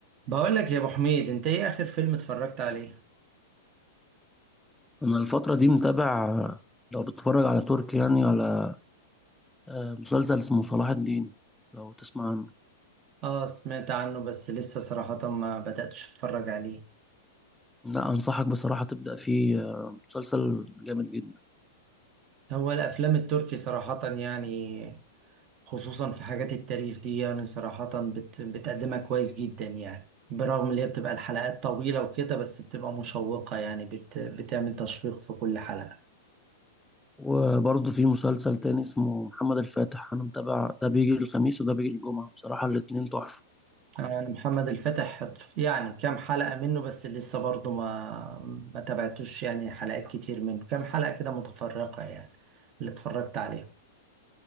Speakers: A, on the right; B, in the centre.
A: بقول لك يا ابو حميد انت ايه اخر فيلم اتفرجت عليه
B: انا الفتره دي متابع لو بتتفرج على تركي يعني على آه، مسلسل اسمه صلاح الدين لو تسمع عنه
A: اه سمعت عنه بس لسه صراحة ما بدأتش اتفرج عليه
B: لا انصحك بصراحه تبدا فيه آه، مسلسل جامد جدا
A: هو الافلام التركي صراحة يعني خصوصا في حاجات التاريخ دي يعني صراحة بت بتقدمها كويس جدا يعني برغم اللي هي بتبقى الحلقات طويلة وكده بس بتبقى مشوقة يعني بت بتعمل تشويق في كل حلقة
B: وبرضه في مسلسل تاني اسمه محمد الفاتح انا متابع ده بيجي الخميس وده بيجي الجمعه بصراحه الاتنين تحفه
A: يعني محمد الفتح يعني كام حلقة منه بس لسه برضه ما ما تابعتوش يعني حلقات كتير منه كام حلقة كده متفرقة يعني اللي اتفرجت عليه